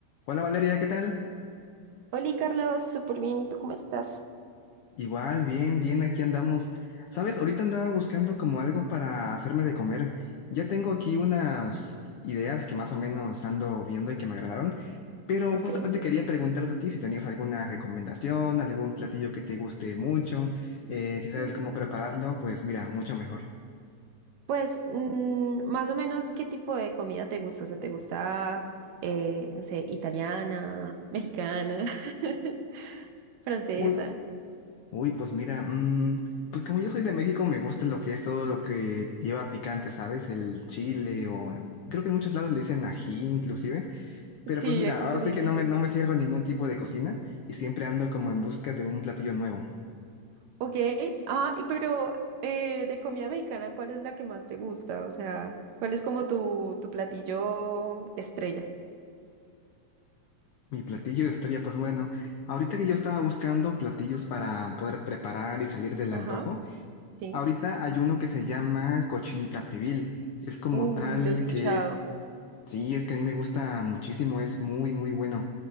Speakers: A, on the left; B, on the right.
A: Hola Valeria, ¿qué tal?
B: Hola Carlos, súper bien, ¿y tú cómo estás?
A: Igual, bien, bien, aquí andamos. Sabes, ahorita andaba buscando como algo para hacerme de comer. Ya tengo aquí unas ideas que más o menos ando viendo y que me agradaron, pero
B: Ok.
A: justamente quería preguntarte a ti si tenías alguna recomendación, algún platillo que te guste mucho, eh, si sabes
B: Mm.
A: cómo prepararlo, pues mira, mucho mejor.
B: Pues mm, más o menos, ¿qué tipo de comida te gusta? O sea, ¿te gusta, eh, no sé, italiana, mexicana, <laughs> francesa?
A: Uy, Uy, pues mira, mm, pues como yo soy de México, me gusta lo que es todo lo que lleva picante, ¿sabes? El chile o creo que en muchos lados le dicen ají inclusive. Pero
B: Sí,
A: pues mira,
B: aquí
A: ahora
B: se
A: sí
B: le dice
A: que no
B: así.
A: me, no me cierro en ningún tipo de cocina y siempre ando como en busca de un platillo nuevo.
B: Ok, ah, y pero eh, de comida mexicana, ¿cuál es la que más te gusta? O sea, ¿cuál es como tu, tu platillo estrella?
A: Mi platillo estrella, pues bueno, ahorita que yo estaba buscando platillos para poder preparar y salir del
B: Ajá,
A: antojo,
B: sí.
A: ahorita hay uno que se llama cochinita pibil. Es como
B: Uy,
A: tal
B: lo he escuchado.
A: que es, sí, es que a mí me gusta muchísimo, es muy, muy bueno.